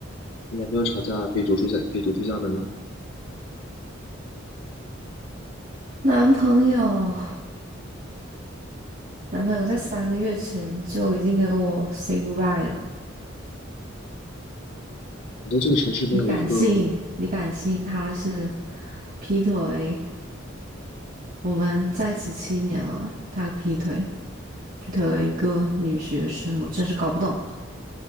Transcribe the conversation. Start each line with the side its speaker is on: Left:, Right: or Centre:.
Left: 跟男朋友吵架被逐出家被逐出家门了。
Right: 男朋友，男朋友在三个月前就已经跟我 say goodbye 了。
Left: 你在这个城市没有一个，
Right: 你敢信？你敢信他是劈腿？我们在一起七年了，他劈腿，劈腿了一个女学生，我真是搞不懂。